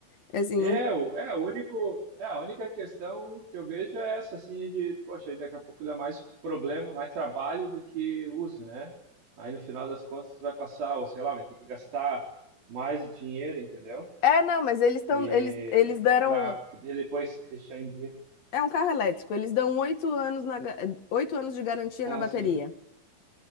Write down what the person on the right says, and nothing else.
É,
o- é, o único, é a única questão que eu vejo é essa, assim, de, poxa, daqui a pouco dá mais problema, mais trabalho do que uso, né? Aí no final das contas vai passar, ou sei lá, vai ter que gastar mais dinheiro, entendeu?
E
para poder depois deixar em dia.
Ah,
sim.